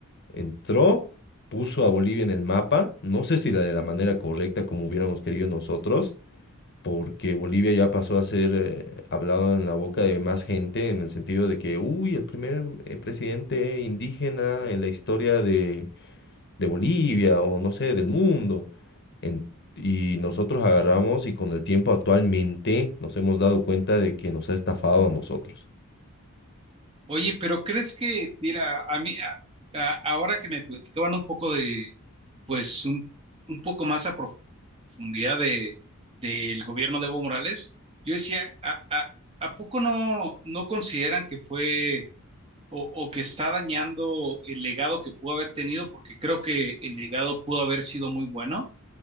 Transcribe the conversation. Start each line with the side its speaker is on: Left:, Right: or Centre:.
Left: entró, puso a Bolivia en el mapa, no sé si la de la manera correcta como hubiéramos querido nosotros porque Bolivia ya pasó a ser eh, hablado en la boca de más gente en el sentido de que, uy, el primer eh, presidente indígena en la historia de, de Bolivia o no sé, del mundo. En- y nosotros agarramos y con el tiempo actualmente nos hemos dado cuenta de que nos ha estafado a nosotros.
Right: Oye, pero ¿crees que, mira, a mí, a- a- ahora que me platicaban un poco de, pues un, un poco más a profundidad de, del gobierno de Evo Morales, yo decía, ¿a, a, ¿a poco no, no consideran que fue o, o que está dañando el legado que pudo haber tenido, porque creo que el legado pudo haber sido muy bueno,